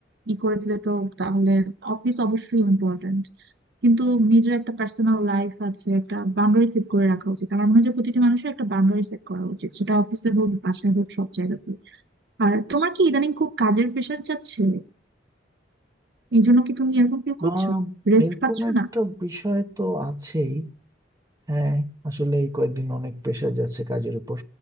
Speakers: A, on the right (about 60°); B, on the right (about 20°).
A: ই করে দিলে তো তাহলে অফিস অবশ্যই ইম্পর্ট্যান্ট কিন্তু নিজের একটা পার্সোনাল লাইফ আছে একটা বাউন্ডারি সেট করে রাখা উচিত আমার মনে হয় যে প্রতিটি মানুষের একটা বাউন্ডারি সেট করা উচিত সেটা অফিসে হোক বাসায় হোক সব জায়গাতে আর তোমার কি ইদানিং খুব কাজের প্রেশার যাচ্ছে এই জন্য কি তুমি এরকম ফিল করছো
B: আহ,
A: রেস্ট
B: এরকম
A: পাচ্ছ
B: একটা
A: না
B: বিষয় তো আছেই হ্যাঁ আসলে এই কয়েকদিন অনেক প্রেশার যাচ্ছে কাজের উপর